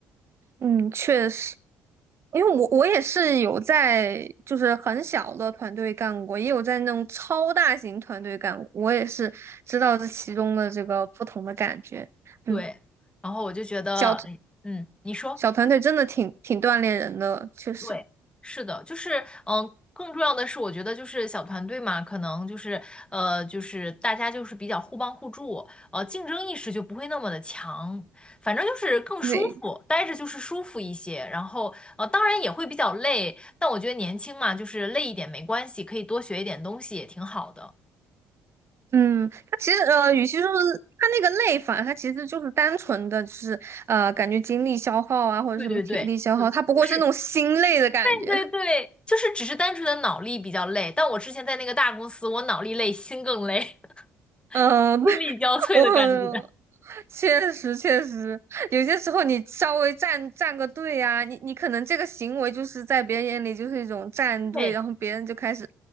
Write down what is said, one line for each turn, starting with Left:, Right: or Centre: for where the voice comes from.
Right: 嗯，确实。因为我我也是有在就是很小的团队干过，也有在那种超大型团队干过，我也是知道这其中的这个不同的感觉。嗯，
Left: 对，然后我就觉得，
Right: 小
Left: 嗯，你说。
Right: 小团队真的挺挺锻炼人的，确实。
Left: 对，是的，就是嗯、呃更重要的是，我觉得就是小团队嘛，可能就是呃，就是大家就是比较互帮互助，呃，竞争意识就不会那么的强，反正就是更舒服，
Right: 对，
Left: 待着就是舒服一些。然后呃，当然也会比较累，但我觉得年轻嘛，就是累一点没关系，可以多学一点东西也挺好的。
Right: 嗯，它其实呃，与其说是它那个累法，它其实就是单纯的，就是呃，感觉精力消耗啊，或者什么体力消耗，
Left: 对对对。就不是
Right: 它不过是那种心累的感觉。
Left: 对对对，
Right: <laughs>
Left: 就是只是单纯的脑力比较累，但我之前在那个大公司，我脑力累，心更累，
Right: 呃，
Left: <laughs> 心力交瘁的感觉。
Right: <laughs> 我确实确实，有些时候你稍微站站个队啊，你你可能这个行为就是在别人眼里就是一种站队，
Left: 对，
Right: 然后别人就开始